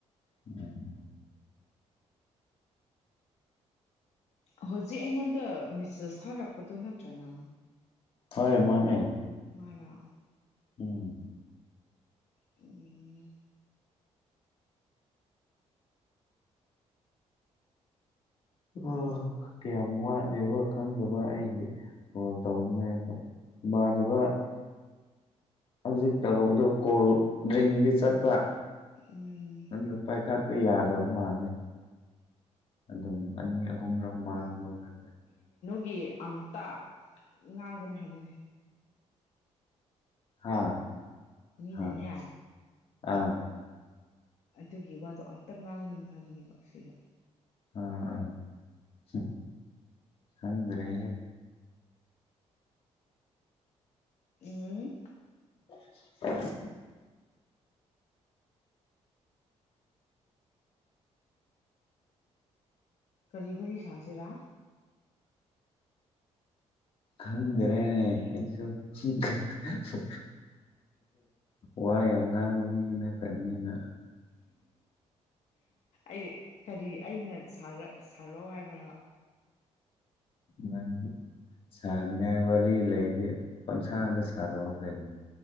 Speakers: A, on the left; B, on the left.
A: ꯎꯝꯝ
B: ꯍꯧꯖꯤꯛ ꯑꯩꯉꯣꯟꯗ ꯃꯦꯁꯦꯁ ꯊꯥꯔꯛꯄꯗꯨ ꯅꯠꯇ꯭ꯔꯅ
A: ꯍꯣꯏ ꯃꯥꯅꯦ
B: ꯃꯥꯥꯡ
A: ꯎꯝ
B: ꯑꯣ
A: ꯑ ꯀ ꯂꯩꯕ ꯈꯪꯗꯕ ꯑꯩꯒꯤ ꯀꯣꯜ ꯇꯧꯅꯤꯡꯉꯥꯏ ꯏꯃꯅꯕ ꯍꯧꯖꯤꯛ ꯇꯧꯕꯗ ꯀꯣꯜ ꯗ꯭ꯔꯤꯡꯗꯤ ꯆꯠꯄ
B: ꯎꯝ
A: ꯑꯗꯨ ꯄꯥꯏꯈꯠꯄ ꯌꯥꯏ ꯌꯥꯗꯕꯨ ꯃꯥꯅꯦ ꯑꯗꯨꯝ ꯑꯅꯤ ꯑꯍꯨꯝꯔꯛ ꯃꯥꯡ ꯑꯣꯏꯔꯒꯦ
B: ꯒꯤ ꯑꯝꯇ ꯉꯥꯡꯒꯅꯤ ꯍꯥꯏꯕꯅꯤ
A: ꯍꯥ
B: ꯃꯤ
A: ꯍꯥ
B: ꯃꯅꯦ
A: ꯑꯥ
B: ꯑꯗꯨꯒꯤ ꯋꯥꯗꯣ ꯑꯝꯇ ꯉꯥꯡꯒꯅꯨ ꯍꯥꯏꯕꯅꯦꯕ ꯁꯤꯗ
A: ꯑꯥ ꯑ ꯍꯗ꯭ꯔꯦ
B: ꯎꯝ
A: <unintelligible>
B: ꯀꯔꯤ ꯐꯔꯤ ꯁꯥꯁꯤꯔꯥ
A: ꯈꯪꯗꯔꯦꯅꯦꯁꯨꯁꯨ ꯋꯥ ꯌꯥꯝ ꯉꯥꯡꯕ ꯃꯤ ꯅꯠꯇꯕꯅꯤꯅ
B: ꯑꯩꯗꯤ ꯀꯔꯤ ꯑꯩꯅ ꯁꯥꯔꯛꯑꯣ ꯍꯥꯏꯕ꯭ꯔ
A: ꯅꯪ ꯁꯥꯅꯤꯡꯉꯥꯏ ꯋꯥꯔꯤ ꯂꯩꯗꯤ ꯄꯪꯁꯥꯗ ꯁꯥꯔꯛꯑꯣ ꯂꯩ